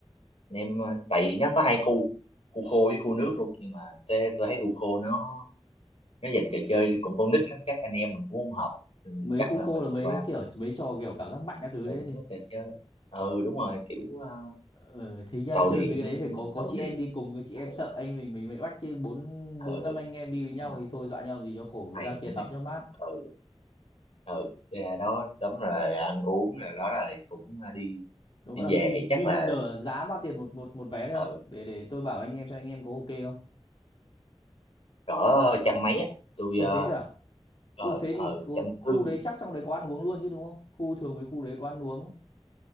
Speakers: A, on the left; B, on the left.
A: anh em ờ, tại vì nó có hai khu khu khô với khu nước luôn nhưng mà tôi, tôi thấy khu khô nó nó dành trò chơi cũng con nít lắm chắc anh em mình cũng không hợp Ừ,
B: mấy
A: chắc
B: khu
A: là
B: khô
A: mình
B: là mấy
A: qua
B: cái kiểu mấy trò kiểu cảm giác mạnh các thứ
A: ừ,
B: đấy gì
A: nó trò chơi ừ đúng rồi kiểu ờ,
B: ờ, thế nha
A: tàu
B: chơi
A: điện
B: mấy cái đấy phải có có
A: tàu
B: chị
A: điện
B: em đi cùng chị em
A: ừ,
B: sợ anh mình mình bị bắt chứ bốn
A: ừ
B: bốn năm anh em đi với
A: đúng
B: nhau
A: rồi
B: thì thôi dọa nhau làm gì cho khổ
A: bàn
B: ra kia
A: anh
B: tắm
A: em
B: cho mát
A: ừ ừ ra đó tắm rồi ăn uống rồi đó rồi cũng ờ, đi
B: nó
A: đi
B: gọi là
A: về
B: Vin
A: thì chắc
B: Vin
A: là
B: Wonder giá bao tiền một một một vé đấy
A: ừ
B: không để để tôi bảo anh em xem anh em có ok không
A: cỡ trăm mấy á tôi
B: Ồ
A: ờ
B: thế thôi à
A: ờ
B: Ui thế
A: ờ,
B: thì có,
A: trăm
B: khu
A: tư
B: đấy chắc trong đấy có ăn uống luôn chứ đúng không? Khu thường mấy khu đấy có ăn uống.